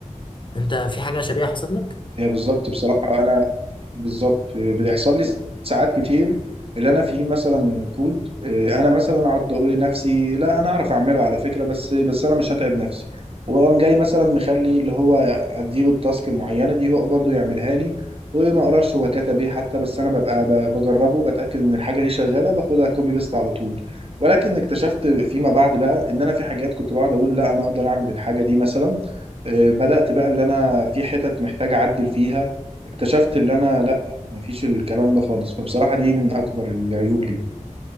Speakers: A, on the left; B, on the right.
A: انت في حاجه شبيهه حصلت لك
B: هي بالظبط بصراحة أنا بالظبط بيحصل لي ساعات كتير اللي انا فيه مثلا كود آه، انا مثلا اقعد اقول لنفسي لا انا اعرف اعمله على فكره بس بس انا مش هتعب نفسي واقوم جاي مثلا مخلي اللي هو اديله التاسك المعينه دي هو برضه يعملها لي وما اقراش هو كتب ايه حتى بس انا ببقى ب- بجربه بتاكد ان الحاجه دي شغاله باخدها كوبي بيست على طول ولكن اكتشفت فيما بعد بقى ان انا في حاجات كنت بقعد اقول لا انا اقدر اعمل الحاجه دي مثلا آه، بدات بقى اللي انا في حتت محتاج اعدل فيها اكتشفت اللي انا لا مفيش الكلام ده خالص فبصراحة دي من اكبر العيوب لي